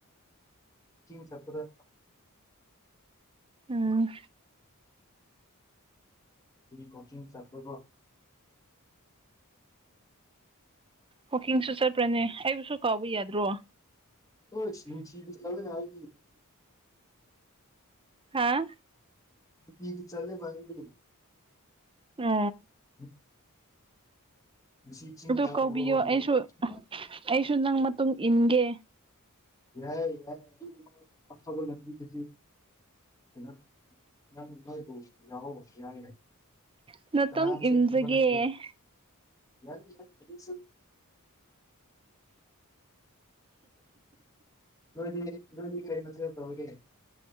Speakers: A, on the left; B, on the right.
A: ꯆꯄꯗ
B: ꯎꯝ
A: ꯀꯣꯆꯤꯡ ꯆꯄꯕꯣ
B: ꯋꯥꯀꯤꯡꯁꯨ ꯆꯠꯄ꯭ꯔꯅꯦ ꯑꯩꯕꯨꯁꯨ ꯀꯥꯎꯕ ꯌꯥꯗ꯭ꯔꯣ
A: ꯍꯣꯏꯁꯤ ꯂꯧ ꯍꯥꯏ
B: ꯍꯥꯥ
A: ꯅꯨꯡꯇꯤꯒꯤ ꯆꯠꯂꯦꯕ ꯑꯩꯗꯤ
B: ꯎ
A: ꯎ <unintelligible>
B: ꯑꯗꯨ ꯀꯧꯕꯤꯌꯣ ꯑꯩꯁꯨ ꯑꯩꯁꯨ ꯅꯪ ꯃꯇꯨꯡ ꯏꯟꯒꯦ
A: ꯌꯥꯔꯦ ꯌꯥꯔꯦ ꯑꯗꯨꯒꯨꯝꯕ ꯑꯐꯕ ꯂꯝꯕꯤꯗꯨꯗꯤ ꯊꯝꯃꯣ ꯅꯪ ꯅꯣꯏꯕꯨꯣ ꯌꯥꯎꯑꯣ ꯌꯥꯏ ꯌꯥꯏ
B: ꯅꯇꯨꯡ
A: ꯀꯅꯥꯝꯁꯨ
B: ꯏꯟꯖꯒꯦ
A: ꯊꯨꯝꯕ ꯂꯩꯇꯦ <unintelligible> ꯅꯣꯏꯗꯤ ꯅꯣꯏꯗꯤ ꯀꯩ ꯃꯠꯇꯄ ꯍꯧꯒꯦ